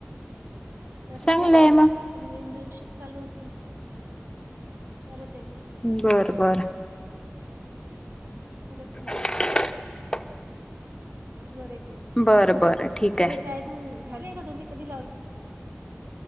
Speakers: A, on the right; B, on the left.
A: नर्सिंग
B: चांगलं
A: झालं,
B: आहे
A: तर मग इंटर्नशिप चालू होती. करतेे म-
B: बरं. बरं.
A: त्याच्या <unintelligible>
B: ह <inaudible>
A: बर
B: बरं बरं ठीक
A: तुम्ही
B: आहे
A: टाइम झाले का तुमही कधी लावल <unintelligible>